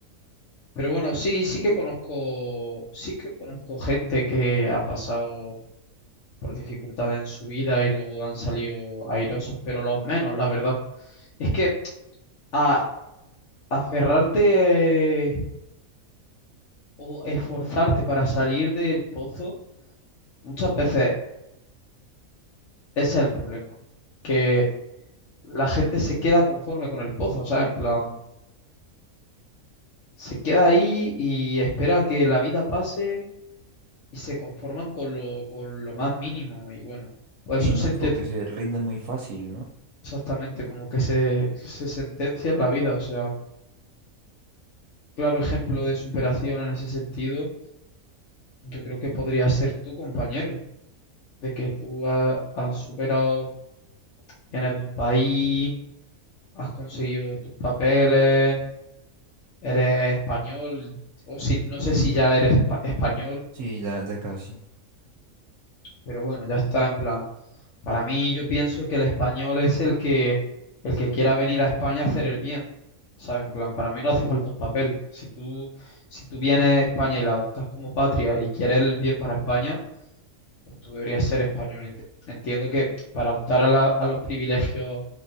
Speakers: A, on the left; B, on the right.
A: Pero bueno, sí, sí que conozco, sí que conozco gente que ha pasado por dificultades en su vida y luego han salido airosos, pero los menos, la verdad. Es que a, aferrarte eh, o esforzarte para salir del pozo, muchas veces ese es el problema, que la gente se queda conforme con el pozo, ¿sabes? En plan, se queda ahí y espera que la vida pase y se conforman con lo, con lo más mínimo y bueno, pues
B: Sí,
A: eso
B: no
A: se
B: es como
A: enten-
B: que se rinde muy fácil, ¿no?
A: exactamente, como que se, se sentencia en la vida, o sea, claro ejemplo de superación en ese sentido, yo creo que podría ser tu compañero, de que tú ha- has, superado, vienes de un país, has conseguido tus papeles, eres español, o si, no sé si ya eres espa- español,
B: Sí, ya, ya casi.
A: pero bueno, ya está en plan. Para mí yo pienso que el español es el que, el que quiera venir a España a hacer el bien. ¿Sabes? En plan, para mí no hace falta un papel. Si tú, si tú vienes a España y la adoptas como patria y quieres el bien para España, pues tú deberías ser español. Ent- Entiendo que para optar a, la- a los privilegios